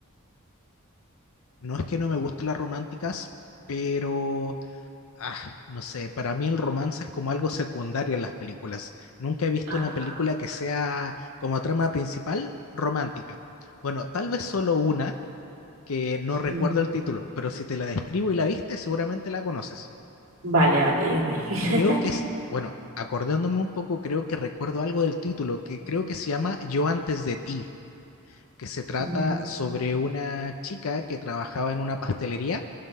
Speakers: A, on the left; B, on the right.
A: No es que no me gusten las románticas, pero ah, no sé, para mí el romance es como algo secundario en las películas. Nunca he visto
B: Ah,
A: una película que sea como trama principal romántica. Bueno, tal vez solo una que no recuerdo
B: mm,
A: el título, pero si te la describo y la viste, seguramente la conoces.
B: Vale, vale, dígame. <laughs>
A: Creo que es, bueno, acordándome un poco, creo que recuerdo algo del título, que creo que se llama Yo antes de ti, que se trata
B: Mm.
A: sobre una chica que trabajaba en una pastelería